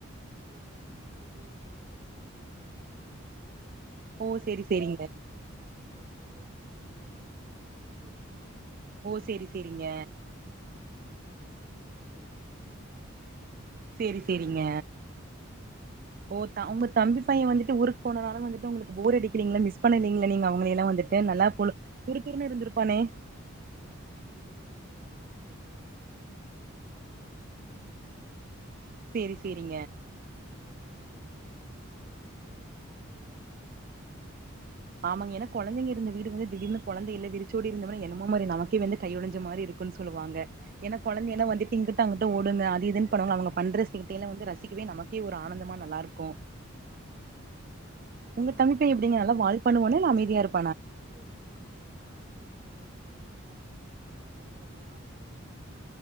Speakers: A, on the right; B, on the right.
A: இங்க வீட்டு பக்கத்துல எல்லா கொழந்தைங்க இல்லங்க தம்பி வீட்டுலதா கொழந்தைங்க இருக்காங்க அவுங்க
B: ஓ சேரி
A: கொஞ்சோ
B: சேரிங்க
A: அவுங்க இப்ப ஒரு ரெண்டு மூணு நாளாச்சுங்க ஊருக்கு போய்
B: ஓ சேரி சேரிங்க
A: ஆ யா தம்பிப்ப தம்பிக்கு கொழந்த இருக்குதுங்க பையன்
B: சேரி சேரிங்க
A: அவரு கூட தாங்க விளையாண்ட்ருக்கோம்.
B: ஓ தம் உங்க தம்பி பையன் வந்துட்டு ஊருக் போனாலு வந்துட்டு உங்களுக்கு போர் அடிக்கீங்ளா மிஸ் பண்ணலிங்ளா நீங்க அவ ங்கள எல்லா வந்துட்டு
A: அதான்
B: நல்லா பொழு துரு
A: அ
B: துருனு இருந்திருப்பானே
A: அதாங்க தம்பிக்கிட்டதா கேட்டுருக்கோ என்ன பண்ற என்ன பேசுனியா என்ன பண்ணிட்டுருக்கனு கேட்டிருக்கோ
B: சேரி
A: ஆ
B: சேரிங்க
A: அதா வந்தாதாங்க போய் அவுங் பேசி எப்பவும் போல போய் விளாடறது அந்த மாரிதா இருக்கு
B: ஆமாங்க ஏனா கொழந்தைங்க இருந்த வீடு வந்து திடீர்னு கொழந்த இல்ல வெரிச்சோடி இருந்த மாரி என்னமோ மாரி நமக்கே வந்து கையோடஞ்ச மாரி இருக்குன் சொல்லுவாங்க
A: ஆமாமாங்க.
B: ஏனா கொழந்தையெல்லா வந்துட்டு இங் இங்கிட்டு அங்கிட்டு ஓடுங்க அது இதுன்னு பண்ணுவாங்க அவுங்க பண்ற சேட்டையில வந்து ரசிக்கவே நமக்கே ஒரு ஆனந்தமா நல்லா இருக்கு
A: ஆமாமாங்க
B: உங்க தம்பி பைய்ய
A: ம்.
B: எப்படிங்க நல்ல வால் பண்ணுவானா இல்ல அமைதியா இருப்
A: இல்ல இல்லைங்க இப்ப அமைதியதாங்க இருக்கு இப் கொஞ்ச கொஞ்சமா இப்பதா பண்றக்கெல்லா ஆரம்பிக்கிறாருங்க